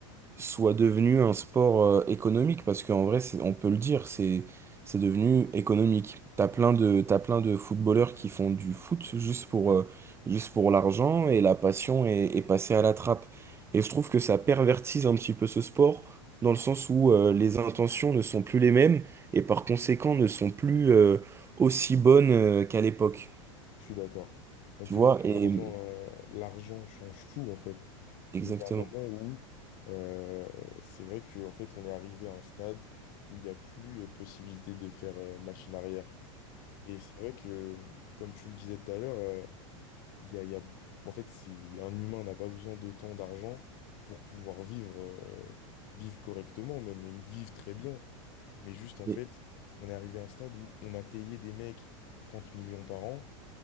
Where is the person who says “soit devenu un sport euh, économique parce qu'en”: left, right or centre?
Right